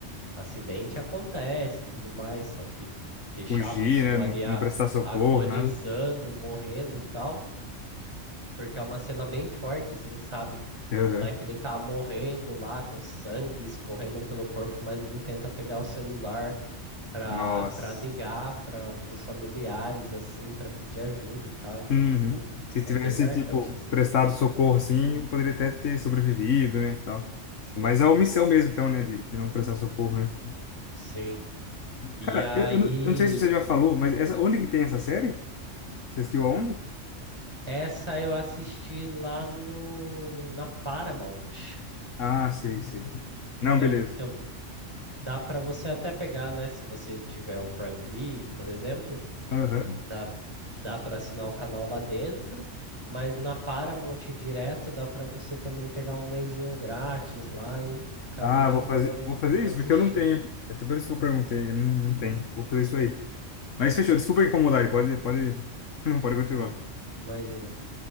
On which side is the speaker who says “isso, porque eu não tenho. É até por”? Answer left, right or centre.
Left